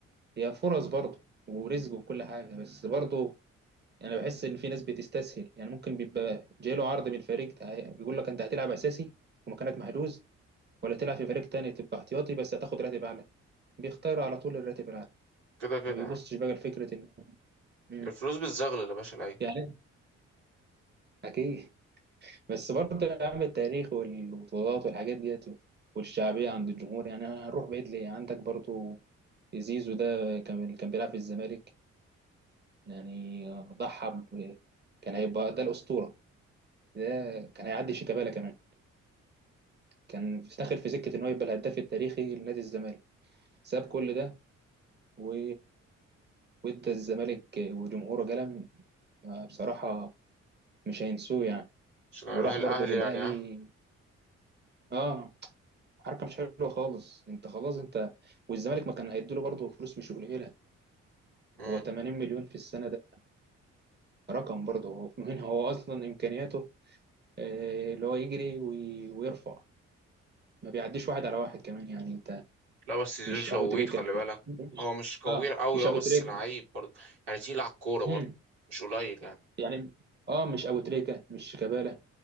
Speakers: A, on the right; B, on the right.
A: هي فرص برضه ورزق وكل حاجة بس برضه أنا بحس إن في ناس بتستسهل يعني ممكن بيبقى جايله عرض من فريق تع- بيقول لك أنت هتلعب أساسي ومكانك محجوز ولا تلعب في فريق تاني تبقى احتياطي بس هتاخد راتب أعلى بيختار على طول الراتب الأعلى
B: كده كده
A: ما بيبصش
B: يعني
A: بقى لفكرة إن مم.
B: الفلوس بتزغلل يا باشا العين
A: يعني أكيد بس برضه يا عم التاريخ والبطولات والحاجات ديت والشعبية عند الجمهور يعني هنروح بعيد ليه عندك برضه زيزو ده كان كان بيلعب في الزمالك يعني ضحى ب- كان هيبقى ده الأسطورة ده كان هيعدي شيكابالا كمان كان داخل في سكة إن هو يبقى الهداف التاريخي لنادي الزمالك ساب كل ده و... وإدى الزمالك وجمهوره قلم بصراحة مش هينسوه يعني
B: عشان اروح
A: وراح
B: الاهلي
A: برضه للأهلي
B: يعني ها
A: اه حركه مش حلوه خالص انت خلاص انت والزمالك ما كان هيديله برضه فلوس مش قليله
B: مم.
A: هو 80 مليون في السنه ده رقم برضه هو <laughs> من هو اصلا امكانياته آه، اللي هو يجري وي- ويرفع ما بيعديش واحد على واحد كمان يعني انت
B: لا بس زيزو
A: مش
B: شويت
A: ابو تريكه
B: خلي بالك
A: مش <laughs> مش
B: هو مش كوير
A: اه
B: قوي
A: مش
B: اه
A: ابو
B: بس
A: تريكه
B: لعيب برضو يعني تقيل على الكورة برضو
A: امم
B: مش قليل يعني
A: يعني اه مش ابو تريكه مش شيكابالا